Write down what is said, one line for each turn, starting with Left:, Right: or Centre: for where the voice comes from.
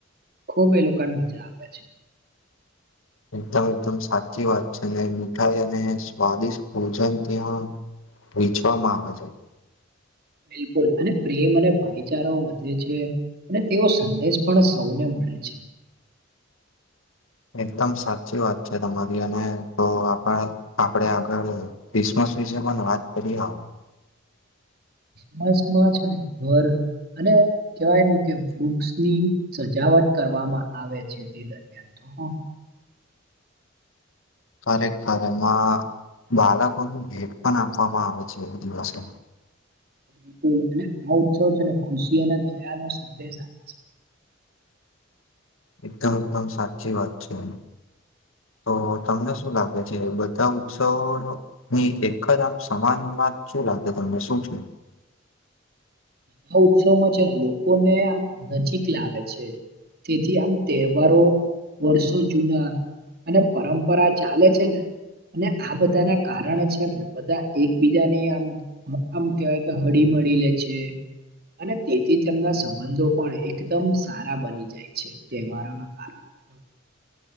Right: ખૂબ એ લોકોની મજા આવે છે
Left: એકદમ એકદમ સાચી વાત છે ને મીઠાઈ અને સ્વાદિષ્ટ ભોજન ત્યાં વેચવામાં આવે છે
Right: બિલકુલ અને પ્રેમ અને ભાઈચારો વધે છે અને તેવ સંદેશ પણ સૌને મળે છે
Left: એકદમ સાચી વાત છે તમારી અને તો આપ આપડે આગળ ક્રિસમસ વિશે પણ વાત કરી હ
Right: ક્રિસમસમાં છે ને ઘર અને કહેવાય કે વૃક્ષની સજાવટ કરવામાં આવે છે તે દરમિયાન હા
Left: ખરેખરે એમાં બાળકોની ભેટ પણ આપવામાં આવે છે એ દિવસે
Right: બિલકુલ અને આ ઉત્સવ છે ને ખુશી અને દયા નો સંદેશ આપે છે
Left: એકદમ એકદમ સાચી વાત છે તો તમને શું લાગે છે બધા ઉત્સવ ની એક જ આમ સમાન માત શું લાગે તમને શું છે
Right: <inaudible> ઉત્સવમાં છે ને લોકો ને આમ નજીક લાવે છે તેથી આમ તહેવારો વર્ષો જુના અને પરંપરા ચાલે છે ને અને આ બધા ના કારણ છે ને બધા એકબીજાની આમ આમ કેવાય કે હળી મળી લે છે અને તેથી તેમના સંબંધો પણ એકદમ સારા બની જાય છે તહેવારોના કારણે <inaudible>